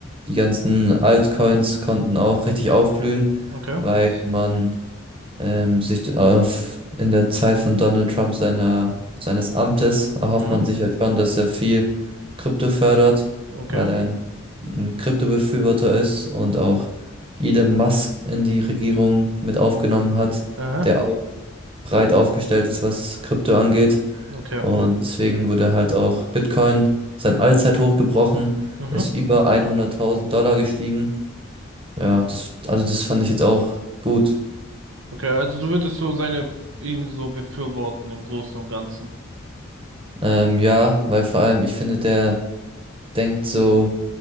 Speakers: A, on the right; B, on the right.
A: die ganzen Altcoins konnten auch richtig aufblühen,
B: Okay.
A: weil man ähm, sich auf, in der Zeit von Donald Trump seiner, seines Amtes erhofft
B: Mhm.
A: man sich halt schon, dass er viel Krypto fördert,
B: Okay.
A: weil er ein, ein Kryptobefürworter ist und auch Elon Musk in die Regierung mit aufgenommen hat,
B: Aha.
A: der auch breit aufgestellt ist, was Krypto angeht.
B: Okay.
A: Und deswegen wurde halt auch Bitcoin sein Allzeithoch gebrochen,
B: Mhm.
A: ist über 100.000 Dollar gestiegen. Ja, das, also das fand ich jetzt auch gut.
B: Okay, also du würdest so seine ihn so befürworten im Großen und Ganzen.
A: Ähm, ja, weil vor allem, ich finde, der denkt so